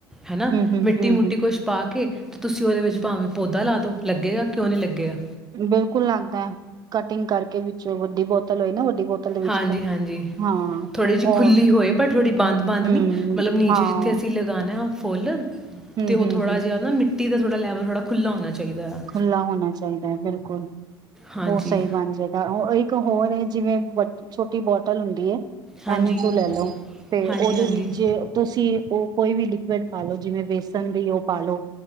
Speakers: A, in the centre; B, on the right (about 35°).
A: ਹੈਨਾ,
B: ਹੂੰ, ਹੂੰ,
A: ਮਿੱਟੀ
B: ਹੂੰ,
A: ਮੁੱਟੀ ਕੁਝ ਪਾ ਕੇ ਤੇ ਤੁਸੀਂ ਉਹਦੇ ਵਿੱਚ ਭਾਵੇਂ ਪੌਧਾ ਲਾ ਦੋ ਲੱਗੇਗਾ ਕਿਉਂ ਨਹੀਂ ਲੱਗੇਗਾ।
B: ਬਿਲਕੁਲ ਲੱਗਦਾ ਹੈ, ਕਟਿੰਗ ਕਰਕੇ ਵਿੱਚੋਂ ਵੱਡੀ ਬੋਤਲ ਹੋਈ ਨਾ ਬੋਤਲ ਦੇ ਵਿੱਚ
A: ਹਾਂਜੀ ਹਾਂਜੀ,
B: ਹਾਂ।
A: ਥੋੜੀ ਜਿਹੀ
B: ਔਰ
A: ਖੁੱਲੀ ਹੋਈ ਪਰ ਥੋੜੀ ਬੰਦ ਬੰਦ
B: ਹੂੰ,
A: ਨਹੀਂ, ਮਤਲਬ ਨੀਚੇ
B: ਹਾਂ
A: ਜਿੱਥੇ ਅਸੀਂ ਲਗਾਣਾ ਫੂਲ
B: ਹੂੰ,
A: ਤੇ ਉਹ
B: ਹੂੰ,
A: ਥੋੜਾ
B: ਹੂੰ
A: ਜਿਹਾ ਨਾ ਮਿ ਮਿੱਟੀ ਦਾ ਥੋੜਾ ਲੈਵਲ ਥੋੜਾ ਖੁੱਲਾ ਹੋਣਾ ਚਾਹੀਦਾ ਆ।
B: ਖੁੱਲਾ ਹੋਣਾ ਚਾਹੀਦਾ ਹੈ, ਬਿਲਕੁਲ।
A: ਹਾਂਜੀ,
B: ਉਹ ਸਹੀ ਬਣ ਜਾਏਗਾ ਉਹ ਇਕ ਹੋਰ ਜਿਵੇਂ ਵ ਛੋਟੀ ਬੋਤਲ ਹੁੰਦੀ ਏ।
A: ਹਾਂਜੀ,
B: ਇਨੀ ਕੁ ਲੇਲੋ ਤੇ
A: ਹਾਂਜੀ,
B: ਉਹਦੇ
A: ਹਾਂਜੀ, ਹਾਂਜੀ,
B: ਵਿੱਚ ਤੁਸੀਂ ਉ ਕੋਈ ਵੀ ਲਿਕੁਏਡ ਪਾ ਲਓ, ਜਿਵੇਂ ਬੇਸਣ ਦੀ ਉਹ ਪਾ ਲਓ